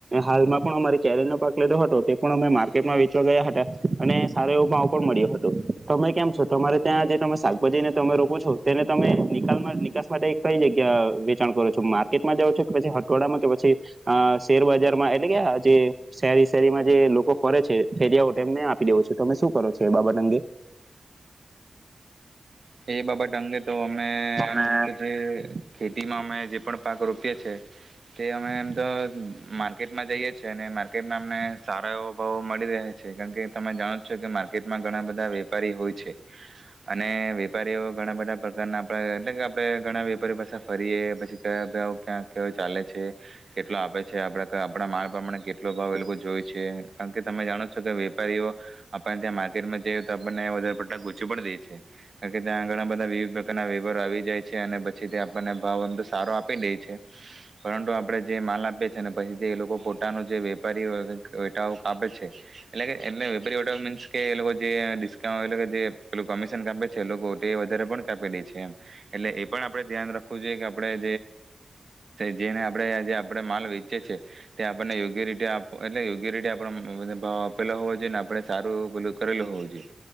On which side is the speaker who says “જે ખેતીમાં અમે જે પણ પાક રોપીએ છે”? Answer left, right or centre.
Right